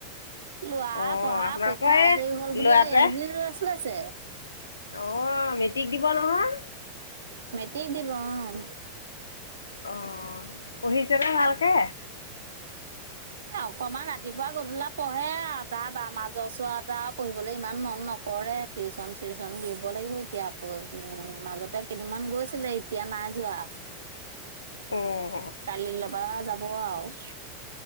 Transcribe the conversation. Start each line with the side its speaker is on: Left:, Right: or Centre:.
Right: ল'ৰা
Left: অ'
Right: পঢ়া
Left: আপোনালোকৰ
Right: পৰীক্ষা আজৰি
Left: এই
Right: হ'ল বুলি
Left: ল'ৰাটোৱে
Right: আৰু এ, দুদিন ৰৈ আছিলেছে।
Left: অ' মেট্ৰিক দিব নহয়।
Right: মেট্ৰিক দিব অ'।
Left: অ', পঢ়িছেনে ভালকে?
Right: এ, অকমান ৰাতিপুৱা গধূলা পঢ়ে আৰু তাৰ বা মাজৰ চোৱা এটা পঢ়িবলৈ ইমান মন নকৰে। টিউচন চিউচন দিব লাগিব এতিয়া আকৌ উম, মাজতে কেইদিনমান গৈছিলে এতিয়া নাই যোৱা।
Left: অ'।
Right: কালিল পৰা যাব আৰু।